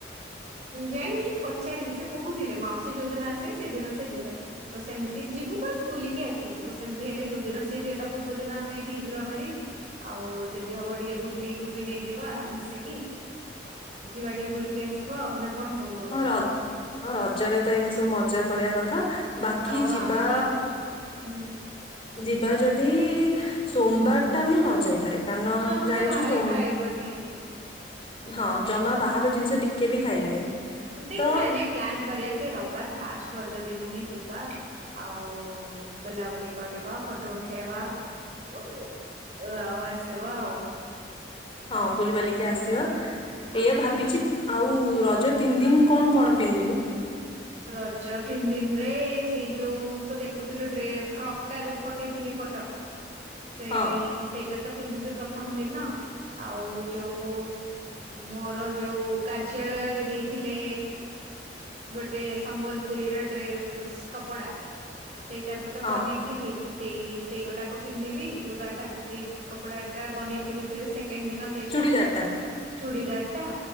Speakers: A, on the right (about 40°); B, on the left (about 30°).
A: ଜାଣିନି ପଚାରିବି ସେ କହୁ ଥିଲେ ମାଉସୀ ଯୋଉଦିନ ଆସିବେ ସେଇଦିନ ସେ ଯିବେ ତ ସେମିତି ଯିବୁ ବାସ ବୁଲିକି ଆସିବୁ ତ ସେମିତି ହେଲେ ଯୋଉ ଦିନ ସିଏ ଯିବେ ତା ପୂର୍ବ ଦିନ ଆମେ ଏଇଠି ଯିବା ଭାରି ଆଉ ଯଦି ହବ ଟିକେ ଗୁଡଲିକୁ ବି ନେଇଯିବା ମିଶିକି ଆ ଯିବା ଟିକେ ବୁଲିକି ଆସିବ ଆଉ ନା କଣ କଣ କହୁଛୁ?
B: ହଁ ର ହଁ ରଜରେ ତ ଏମିତି ସବୁ ମଜା କରିବା କଥା। ବାକି
A: ଆଉ
B: ଯିବା
A: ଆମେ ତ ହୁଁ।
B: ଯିବା ଯଦି ସୋମବାର ଟା ମୁଁ ନ ଯାଇପାରେ। କାରଣ
A: ହଁ ତୁ
B: ଜାଣିଛୁ
A: ତ ବାହାରେ
B: ସୋମ
A: ଖାଇବୁନି।
B: ହଁ ଜମା ବାହାର ଜିନିଷ ଟିକେ ବି ଖାଇବିନି।
A: ଦେଖିନ
B: ତ
A: ନାଇଁ ପ୍ଲାନ୍ କରିବା ସେ ରବିବାର ଫାଷ୍ଟ ରଜ ର ଦିନ ହିଁ ଯିବା ଆଉ ବୁଲାବୁଲି କରିବା ଫଟୋ ଉଠେଇବା ଆଉ ଆସିବା ଆଉ।
B: ହଁ ବୁଲିବାଲିକି ଆସିବା
A: ହଁ।
B: ଏଇଆ ଭାବିଛି ଆଉ ରଜ ତିନି ଦିନ କଣ କଣ ପିନ୍ଧିବୁ?
A: ରଜ ତିନି ଦିନରେ ସେଇ ଯୋଉ ତ ଦେଖୁଥିଲୁ ଡ୍ରେ ଫ୍ରକ୍ ଟା ଯୋଉ ଫଟେଇଥିଲି ଫଟ। ସେଇ
B: ହଁ
A: ସେଇଟା ତ ପିନ୍ଧିବେ ପ୍ରଥମ ଦିନ ଆଉ ଯୋଉ ମୋର ଯୋଉ କାର୍ଯ୍ୟାଳୟରେ ଦେଇଥିଲେ ଗୋ ଟେ ସମ୍ବଲପୁରୀର ଡ୍ରେସ୍ କପଡା। ସେଇଟାକୁ ତ
B: ହଁ
A: ବନେଇଥିଲି। ସେଇ ସେଇଗୋଟାକ ପିନ୍ଧିବି ଲୁଗାଟା ସେଇ କପଡା ଟା ବନେଇଥିଲି ଡ୍ରେସ ସେ କେନ ଦିନ ସେଇଟା।
B: ଚୁଡ଼ିଦାର ଟା
A: ଚୁଡ଼ିଦାର ଟା